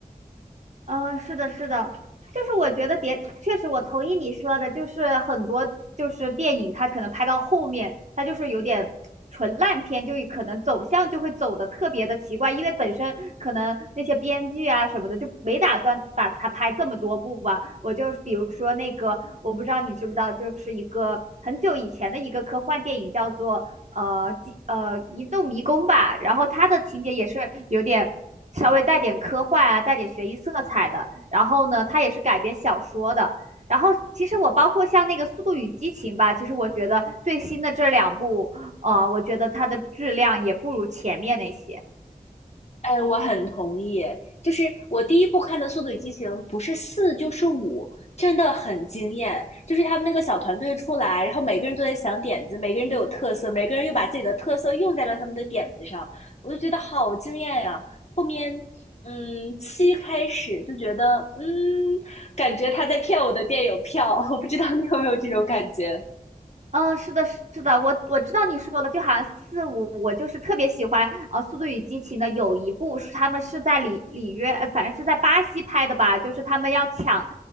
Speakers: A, on the right; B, on the left.
A: 嗯，是的，是的，就是我觉得谍，确实我同意你说的，就是很多就是电影它可能拍到后面，它就是有点纯烂片，就可能走向就会走的特别的奇怪，因为本身可能那些编剧啊什么的就没打算把它拍这么多部吧。我就比如说那个，我不知道你知不知道，就是一个很久以前的一个科幻电影叫做呃几呃一栋迷宫吧，然后它的情节也是有点稍微带点科幻啊，带点悬疑色彩的。然后呢，它也是改编小说的。然后其实我包括像那个《速度与激情》吧，其实我觉得最新的这两部，呃，我觉得它的质量也不如前面那些。
B: 哎，我很同意。就是我第一部看的《速度与激情》，不是四就是五，真的很惊艳。就是他们那个小团队出来，然后每个人都在想点子，每个人都有特色，每个人又把自己的特色用在了他们的点子上，我就觉得好惊艳呀、后面，嗯，七开始就觉得，嗯，感觉他在骗我的电影票，<laughs> 我不知道你有没有这种感觉。
A: 嗯，是的，是的，我我知道你说的，就好像四五，我就是特别喜欢呃《速度与激情》的有一部是他们是在里里约，呃，反正是在巴西拍的吧，就是他们要抢